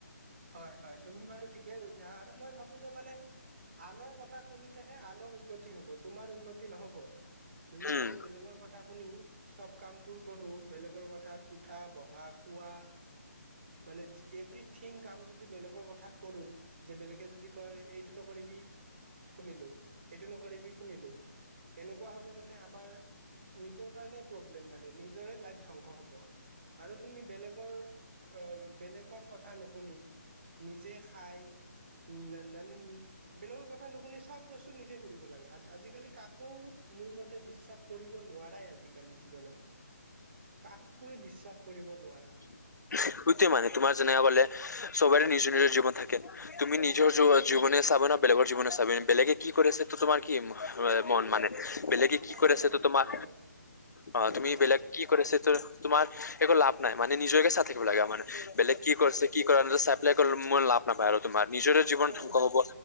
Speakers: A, on the right; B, on the left.
A: হয় হয় তুমি বাৰু ঠিকে কৈছা আৰু মই ভাবো যে মানে। আনৰ কথা শুনিলেহে আনৰ উন্নতি। হব তোমাৰ উন্নতি নহব যদি
B: উম
A: আমি বেলেগৰ কথা শুনি চব। কামবোৰ কৰোঁ বেলেগৰ কথাত উঠা বহা খোৱা। মানে অভৃথিং। কাম যদি বেলেগৰ কথাত কৰো যে বেলেগে যদি কয় এইটো নকৰিবি। শুনিলোঁ এইটো নকৰিবি শুনিলোঁ এনেকুৱা হলে মানে আমাৰ। নিজৰ কাৰণে প্ৰব্লেম মানে নিজৰে লাইফ ধ্বংস হ'ব। আৰু তুমি বেলেগৰ অ বেলেগৰ কথা নোশুনি। নিজে খাই। উম নানা বেলেগৰ কথা নুশুনি চব বস্তু নিজে কৰিব লাগে হাজাৰ। কাকো মোৰ মতে বিশ্বাস কৰিব নোৱাৰাই আজিকালি জীৱনত। কাকোয়েই বিশ্বাস কৰিব নোৱাৰা।
B: উহ। সেইটোয়ে মানে তোমাৰ যেনেকা কলে চবৰে নিজৰ নিজৰ জীৱন থাকে তুমি নিজৰ জীৱনে চাব। বেলেগৰ জীৱনে চাবি বেলেগে কি কৰিছে তো তোমাৰ কি মন মানে। বেলেগে কি
A: তাকেতো
B: কৰি আছে ত তোমাৰ।
A: হয়
B: অ
A: হয়
B: তুমি
A: তাক
B: বেলেগ কি কৰিছে তোমাৰ একো লাভ নাই। মানে নিজেকে চাই থাকিব লাগে আমাৰ বেলেগ কি কৰিছে কি চাই পেলাই লাভ নাপায় আৰু তোমাৰ। নিজৰ জীৱন
A: হয়
B: ধং
A: হয়
B: হ'ব